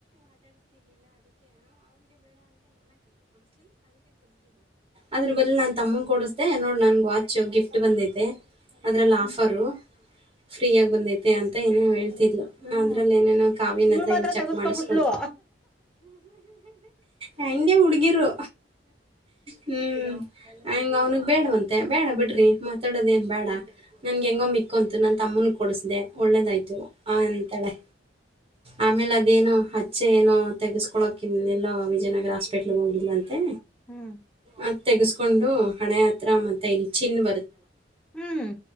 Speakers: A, on the right (about 30°); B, in the centre.
A: ಅದ್ರ ಬದ ನಾನ್ ತಮ್ಮನ್ ಕೊಡಸ್ದೆ ನೋಡ್ ನನ್ಗೆ ವಾಚ್ ಗಿಫ್ಟ್ ಬಂದೈತೆ ಅದ್ರೆಲ್ಲ
B: ಹ್ಮ್
A: ಆಫರು ಫ್ರೀಯಾಗಿ ಬಂದೈತೆ ಅಂತ ಏನ ಹೇಳ್ತಿ
B: ಹ್ಮ್
A: ಅದ್ರಲ್ಲಿ ಏನೇನೋ ಕಾವಿನತ್ರ
B: ಇವ್ಳ್ ಮಾತ್ರ
A: ಇಲ್ಲಿ ಚೆಕ್
B: ತಗಸ್ಕೊಬಿಟ್ಲು
A: ಮಾಡಿಸಕೊತ ಹೆಗೆ ಹುಡ್ಡುಗಿರು ಹ್ಮ್ ಹಂಗ ಅವ್ನಿಗೆ ಬೇಡವಂತೆ ಬೇಡ ಬಿಡ್ರಿ ಮಾತಾಡೋದ ಏನ್ ಬೇಡ ನನ್ಗೆ ಹೆಂಗೋ ಮಿಕ್ಕಂತು ನನ್ನ ತಮ್ಮನ ಕೊಡಸ್ದ ಒಳ್ಳೇದಾಯ್ತು ಆ ಅಂತಾಳೆ ಆಮೇಲೆ ಅದೇನುೋ ಹಚ್ಚೆ ಏನೋ ತೆೆಗೆಸ್ಕೊಳೋಕ ಇ ಎಲ್ಲೋ ವಿಜಯನಗರ ಹಾಸ್ಪಿಟ್ಲ್ಗೆ ಹೋಗಿಲ್ಲಂತೆ
B: ಹ್ಮ್
A: ಅದ ತೆೆಗೆಸ್ಕೊಂಡು ಹಣೆ ಹತ್ರ ಮತ್ತೆ ಇಲ್ಲಿ
B: ಹ್ಮ್